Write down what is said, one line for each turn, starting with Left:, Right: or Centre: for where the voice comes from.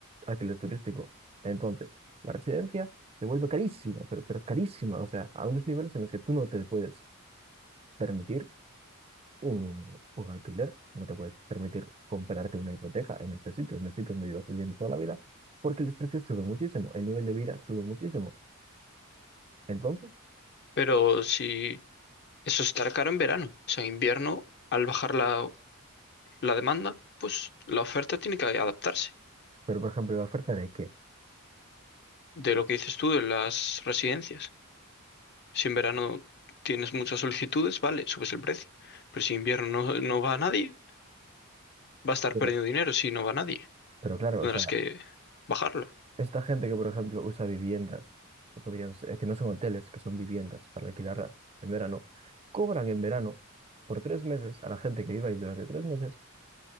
Right: alquiler turístico. Entonces, la residencia se vuelve carísima, pero, pero carísima, o sea, a unos niveles en los que tú no te puedes permitir un, un alquiler, no te puedes permitir comprarte una hipoteca en este sitio, en el sitio donde llevas viviendo toda la vida, porque los precios suben muchísimo, el nivel de vida sube muchísimo. Entonces,
Left: Pero si eso estará caro en verano, o sea, en invierno, al bajar la, la demanda, pues la oferta tiene que adaptarse.
Right: pero por ejemplo, la oferta de qué?
Left: De lo que dices tú de las residencias. Si en verano tienes muchas solicitudes, vale, subes el precio. Pero si en invierno no, no va a nadie, va a estar
Right: Pero,
Left: perdiendo dinero. Si no va nadie,
Right: pero claro,
Left: tendrás
Right: o sea,
Left: que bajarlo.
Right: esta gente que, por ejemplo, usa viviendas que podrían ser- que no son hoteles, que son viviendas para alquilarlas en verano, cobran en verano por tres meses a la gente que viva ahí durante tres meses